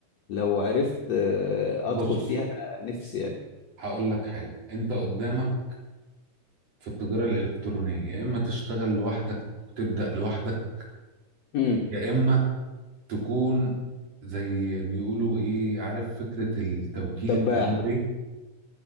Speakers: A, on the left (about 60°); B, on the right (about 45°).
A: لو عرفت آه،
B: بص
A: ادخل فيها انا نفسي يعني
B: هقول لك حاجة انت قدامك في التجارة الإلكترونية يا إما تشتغل لوحدك وتبدأ لوحدك
A: امم
B: يا إما تكون زي بيقولوا إيه عارف فكرة التوكيل
A: تباع
B: التجاري